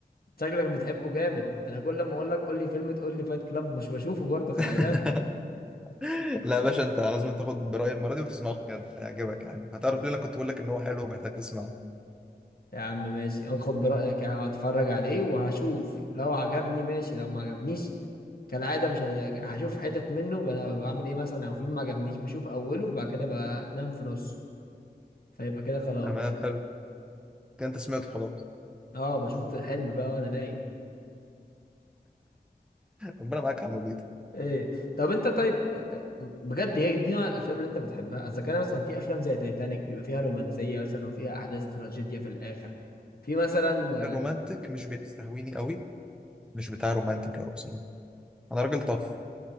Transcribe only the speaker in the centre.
<laughs>
لا يا باشا انت لازم تاخد برايي المره دي وتسمعه بجد هيعجبك يعني هتعرف ليه انا كنت بقول لك ان هو حلو ومحتاج تسمعه
تمام حلو كده انت سمعته خلاص
ربنا معاك يا عم بيض
الرومانتك مش بيستهويني قوي مش بتاع رومانتك قوي بصراحه انا راجل طف